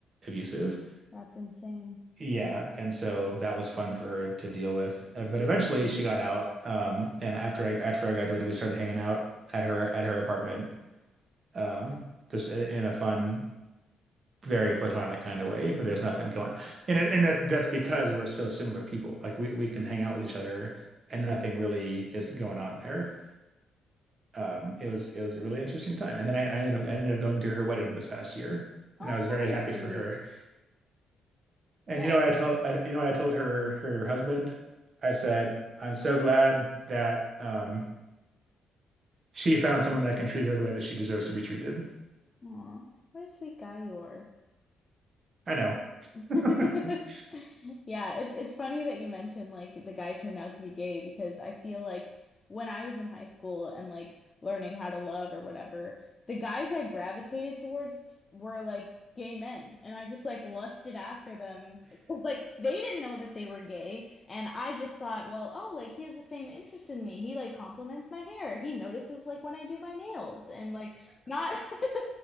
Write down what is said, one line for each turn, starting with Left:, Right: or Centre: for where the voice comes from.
Right: abusive.
Left: that's insane.
Right: Yeah, and so that was fun for her to deal with. Uh, but eventually she got out. Um, and after I after I graduated, we started hanging out at her at her apartment. Um, just i- in a fun, very platonic kind of way. There's nothing going. And it, and that, that's because we're so similar people. Like we we can
Left: Mhm.
Right: hang out with each other and nothing really is going on there. Um, it was it was a really interesting time. And then I, I ended up I ended up going to her wedding this past year,
Left: Oh,
Right: and I was very
Left: very
Right: happy
Left: sweet.
Right: for her. And
Left: Yeah.
Right: you know what I told I, you know what I told her her husband? I said, I'm so glad that um she found someone that can treat her the way that she deserves to be treated.
Left: Aw, what a sweet guy you are.
Right: I know.
Left: <laughs>
Right: <laughs>
Left: Yeah, it's it's funny that you mentioned like the guy turned out to be gay because I feel like when I was in high school and like learning how to love or whatever, the guys I gravitated towards were like gay men and I just like lusted after them because like they didn't know that they were gay and I just thought, well, oh, like he has the same interest in me. He like compliments my hair. He notices like when I do my nails and like not, <laughs>